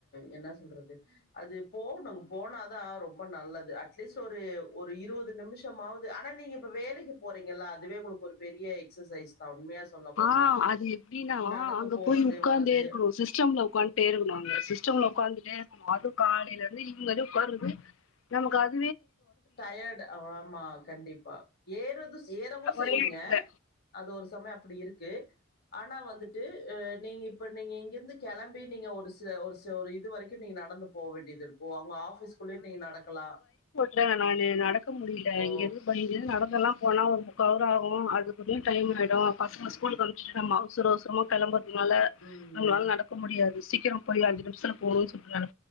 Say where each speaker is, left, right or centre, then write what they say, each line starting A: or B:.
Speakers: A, on the left; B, on the left.
A: என்னா சொல்றது அது போகணு போனா தா தா ரொம்ப நல்லது அட்லீஸ் ஒரு ஒரு இருவது நிமிஷமாவது ஆனா நீங்க இப்ப வேலைக்கு போறீங்கள்ள அதுவே உங்களுக்கு ஒரு பெரிய எக்சசைஸ் தா உண்மையா சொல்ல போனா
B: ஆ அது எப்டின்னா
A: நடந்து
B: அங்க
A: போறது
B: போய் உட்காந்தே
A: வரது
B: இருக்கணு சிஸ்டம்ல உக்கான்டே இருக்கணு அங்க சிஸ்டம்ல உக்காந்துட்டே இருக்கணு அது காலைல ந்து ஈவ்னிங் வர உக்கார்றது நமக்கு அது
A: டயட் ஆமா கண்டிப்பா ஏறுது ஏறவு செய்யுங்க
B: ஒரே எடத்துல
A: அது ஒரு சமயொ அப்டி இருக் கு ஆனா வந்துட்டு ஆ நீங்க இப்ப நீங்க இங்கேர்ந்து கெளம்பி நீங்க ஒரு சில ஒரு சில ஒரு இது வரைக்கு நீங்க நடந்து போ வேண்டியது இருக்கு அவுங்க ஆஃப் ஃபீஸ்குள்ளே நீங்க நடக்கலா
B: றங்க நானு நடக்க முடியில
A: ஓ
B: இங்கேந்து ப இங்கேந்து நட தெல்லா போனா ஒரு முக்கா அவர் ஆகு அதுக்குல்லயு டைம் ஆயிடு பசங்க ஸ்கூல்க்கு அமிச்சிட்டு நம்ம அவ்சர அவசரமா கெளம்பர் னால
A: ம்
B: நம்ளால நடக்க முடியாது சீ க்கிரொ போய் அஞ்சி நிம்சத்ல போனுன் சொல்லி நன